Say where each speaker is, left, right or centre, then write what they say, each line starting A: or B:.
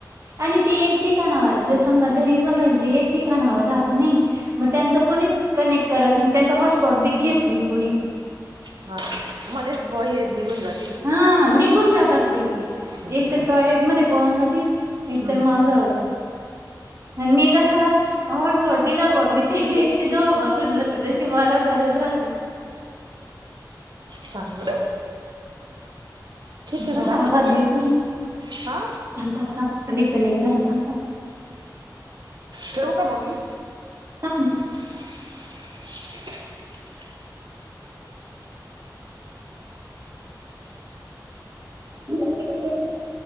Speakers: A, on the right; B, on the right.
A: आणि ते एक ठिकाणावर जर समजा घरी पण राहिल ते एक ठिकाणावर राहत नाही. मग त्यांच कोणीच कनेक्ट करत नाही, त्यांच हॉटस्पॉट बी घेत नाही कोणी.
B: हा मध्येेच बॉय हे निघून जात
A: हा निघून जातात ते.
B: हम्म
A: एक तर
B: हम्म.
A: टॉयलेट मध्ये पळून जातील एक
B: हम्म,
A: तर म असं आणि मी कसं हॉटस्पॉट दिलं बघ मी ते ती जवळ बसुन राहते जशी मला गरज राहते.
B: चांगल आहे मग
A: नीट
B: बाकी
A: आवाज येत नाही,
B: हा
A: थांब थांब थांब रिकनेक्ट झाले थांब थांब.
B: ठेऊ का म मी?
A: तम
B: <inaudible>
A: <unintelligible>